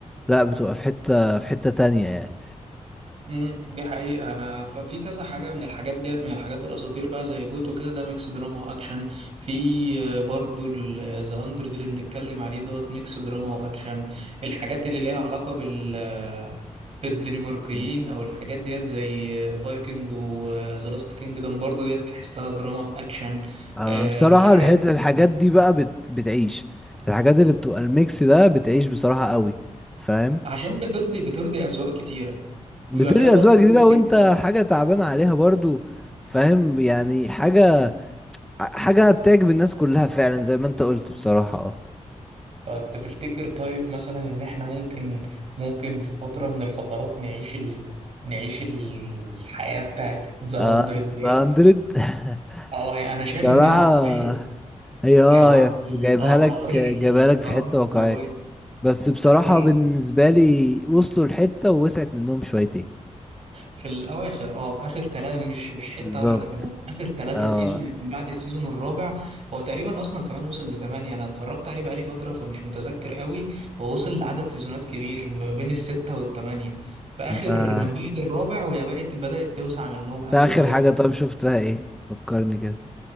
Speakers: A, in the centre; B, on the right (about 55°).
A: لا بتبقى في حتة في حتة تانية يعني
B: امم دي حقيقة أنا ف- في كذا حاجة من الحاجات ديت من الحاجات الأساطير بقى زي جوتو كده ده ميكس دراما وأكشن في آه، برضو ذا هاندرد اللي بنتكلم عليه دوت ميكس دراما وأكشن الحاجات اللي ليها علاقة بال آه، بالدنماركيين
A: مم.
B: أو الحاجات ديت زي فايكنج وذا لاست كينجدم برضو ديت تحسها دراما في أكشن
A: آه،
B: آه،
A: بصراحة
B: الحاجات
A: الحت... الحاجات
B: دي
A: دي بقى بت... بتعيش الحاجات اللي بتبقى الميكس ده بتعيش بصراحة قوي فاهم
B: عشان بترضي بترضي أذواق كتيرة
A: بترجع
B: ويبقى فيها برضو
A: أذواق جديدة
B: جزء
A: وانت
B: كده
A: حاجة تعبان عليها برضو فاهم يعني حاجة حاجة بتعجب الناس كلها فعلا زي ما انت قلت بصراحة اه
B: طب انت تفتكر طيب مثلا ان احنا ممكن ممكن في فترة من الفترات نعيش ال... نعيش الحياة بتاعت ذا
A: آه،
B: 100 ديت
A: ذا 100 <laughs>
B: اه يعني انا شايف
A: بصراحة
B: انها واقعية
A: هي اه
B: حوار
A: هي
B: ال...
A: جايبها
B: اه
A: لك
B: حوار
A: جايبها لك
B: القنابل
A: في حتة واقعية
B: النووية
A: بس بصراحة
B: حوار ال...
A: بالنسبة لي وصلوا لحتة ووسعت منهم شويتين
B: في الاواخر اه في اخر ثلاثه مش مش حته
A: بالظبط
B: واحده كمان اخر ثلاثه
A: اه
B: سيزون يعني من بعد السيزون الرابع هو تقريبا اصلا كمان وصل لثمانيه انا اتفرجت عليه بقالي فتره فمش متذكر قوي هو وصل لعدد سيزونات كبير ما بين السته والثمانيه في اخر
A: آه.
B: من بعد الرابع وهي بقت بدات توسع منهم قوي
A: ده اخر
B: وبداوا
A: حاجة طب شفتها ايه فكرني كده